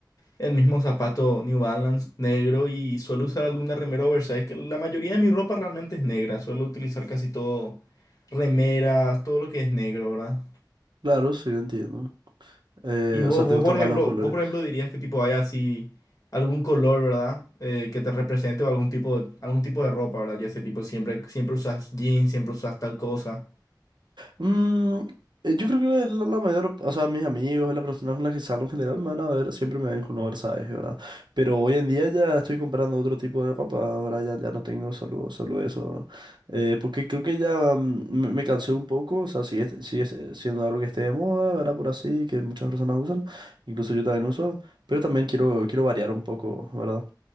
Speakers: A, on the left; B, on the right.
A: El mismo zapato New Balance negro y suelo usar alguna remera oversize, que la mayoría de mi ropa realmente es negra. Suelo utilizar casi todo, remeras, todo lo que es negro, ¿verdad?
B: claro, sí, entiendo. Eh,
A: Y vos,
B: o sea,
A: vos,
B: ¿te gustan
A: por ejemplo,
B: más los colores?
A: vos, por ejemplo, dirías que tipo hay así algún color, ¿verdad? Eh, que te represente o algún tipo de, algún tipo de ropa, ¿verdad? Ya sea tipo siempre, siempre usas jeans, siempre usas tal cosa.
B: Mm, eh, yo creo que la, la mayor, o sea, mis amigos, las personas con las que salgo en general me van a ver, siempre me ven con oversize, ¿verdad? Pero hoy en día ya estoy comprando otro tipo de ropa, ahora ya, ya no tengo solo, solo eso. Eh, porque creo que ya mm, me, me cansé un poco, o sea, si es, si es eh, siendo algo que esté de moda, ¿verdad? Por así, que muchas personas usan, incluso yo también uso, pero también quiero, quiero variar un poco, ¿verdad?